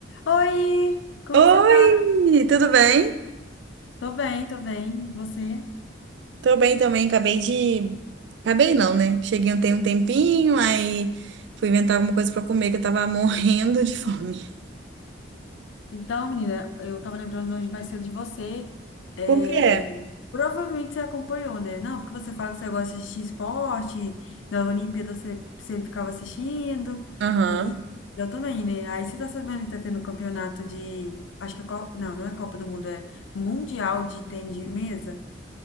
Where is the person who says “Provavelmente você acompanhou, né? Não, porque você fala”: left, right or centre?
Left